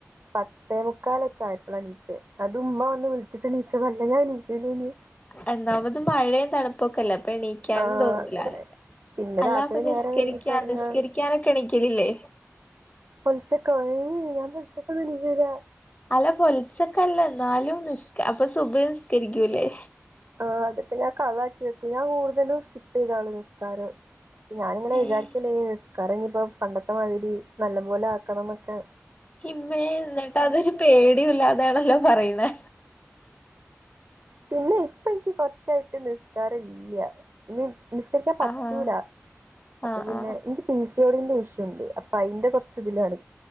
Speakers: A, on the right; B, on the left.
A: പത്തേ മുക്കാലൊക്കെയായപ്പളാണീച്ചേ അതുമ്മാ വന്നുവിളിച്ചിട്ടെനീച്ചതല്ല ഞാൻ എനീക്കണയിനി
B: ഒന്നാമത് മഴയും തണുപ്പൊക്കെയല്ലേ പ്പ എണീക്കാനും
A: ആ
B: തോന്നൂലാല്ലേ
A: തന്നെ പിന്നെ
B: അല്ലാ
A: രാത്രി
B: അപ്പൊ നിസ്കരിക്കാ
A: നേരം വൈകിട്ട് ഉറങ്ങാ
B: നിസ്കരിക്കാനൊക്കെയെണിക്കലില്ലേ
A: പൊളിച്ചക്കോ ഹേ ഞാൻ പൊളിച്ചക്കൊന്നും എണീക്കൂലാ
B: അല്ല പൊലിച്ചക്കല്ലാ എന്നാലും നിസ്കാ അപ്പൊ സുബഹി നിസ്കരിക്കൂല്ലേ
A: ആ അതൊക്കെ ഞാൻ കളാക്കിവെക്കും ഞാൻ കൂടുതലും സ്കിപ്പ് ചെയ്താണ് നിസ്ക്കാരം ഞാനിങ്ങനെ
B: ഏഹ്
A: വിചാരിക്കല്ലേ നിസ്കാരം ഇനിയിപ്പം പണ്ടത്തെമാതിരി നല്ല പോലെയാക്കണംന്നൊക്കെ
B: ഇമ്മേ എന്നിട്ടതൊരു പേടിയില്ലാതാണല്ലോ പറയണേ
A: പിന്നെയിപ്പം എനിക്കുകൊറച്ചായിട്ട് നിസ്കാരം ഇല്ല ഇന്ന് നിസ്കരിക്കാൻ പറ്റൂല
B: ആഹ്
A: അപ്പൊപിന്നെ
B: ആഹ് ആഹ്
A: എനിക്ക് പി സി ഓടീന്റേ ഇഷ്യുണ്ട് ഫൈന്റെ കുറച്ച് ഇതിലാണ്